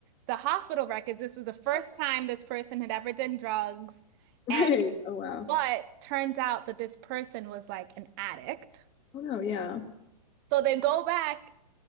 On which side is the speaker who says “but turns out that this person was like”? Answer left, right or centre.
Right